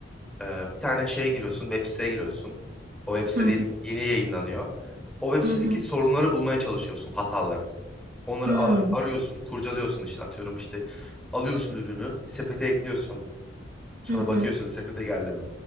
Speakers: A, in the centre; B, on the right (about 45°).
A: Ee, bir tane şeye giriyorsun, web siteye giriyorsun. O web site
B: Hı hı
A: diyelim ki yeni yayınlanıyor. O web
B: hı
A: sitedeki
B: hı
A: sorunları bulmaya çalışıyorsun, hataları. Onları
B: hı
A: ar- arıyorsun, kurcalıyorsun işte atıyorum işte. Alıyorsun ürünü, sepete ekliyorsun. Sonra
B: hı hı.
A: bakıyorsun sepete geldi mi?